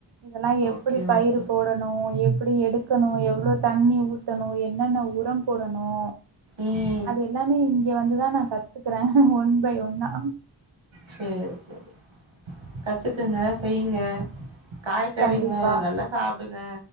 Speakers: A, on the right; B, on the right.
A: இதலா எப்புடி
B: ஓகே
A: பயிர்
B: ஓகே
A: போட னோ எப்டி எடுக்கணோ எவ்ளோ தண்ணி ஊத்தணோ என்னென்ன உரம் போடணோ
B: உம்
A: அது எல்லாமே இங்கே வந்துதா நா கத்துக்குற ஒன் பை ஒன்னா
B: சேர் சேரி கத்துக்குங்க செய்ங்க காய்கறிங்க
A: கண்டிப்பா
B: நல்லா சாப்டுங்க